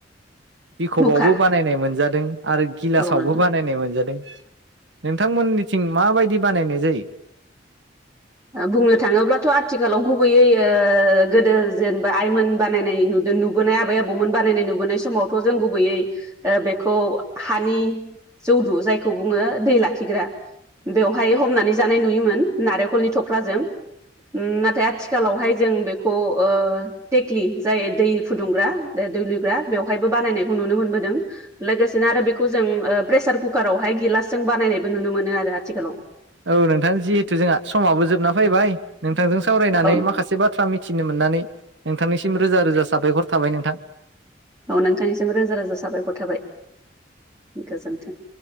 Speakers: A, on the right; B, on the right.
A: बिखबावबो
B: मुखा
A: बानायनाय मोनजादों आरो गिलासावबो
B: औ नोंथां
A: बानायनाय मोनजादों। नोंथांमोननिथिं माबायदि बानायनाय जायो? <inaudible>
B: बुंनो थाङोब्लाथ' आथिखालाव गुबैयै ओ गोदो जेनेबा आइमोन बानायनाय नुदों नुबा बोनाय आबै आबौमोन बानायनाय नुबोनाय समावथ' जों गुबैयै ओ बेखौ हानि जौदु जायखौ बुङो दै लाखिग्रा बेवहाय हमनानै जानाय नुयोमोन। नारेंखलनि थख्राजों नाथाय आथिखालावहाय जों बेखौ ओ टेक्लि जाय दै फुदुंग्रा दै लुग्रा बेवहायबो बानायनायखौ नुनो मोनबोदों। लोगोसेनो आरो बेखौ जों ओ प्रेसार कुकारावहाय गिलासजों बानायनायबो नुनो मोनो आरो आथिखालाव
A: औ नोंथां जिहेथु जोंहा समाबो जोबना फैबाय नोंथांजों सावरायनानै
B: औ
A: माखासे बाथ्रा मिथिनो मोननानै नोंथांनिसिम रोजा रोजा साबायखर थाबाय नोंथां।
B: औ नोंथांनिसिम रोजा रोजा साबायखर थाबाय गोजोन्थों।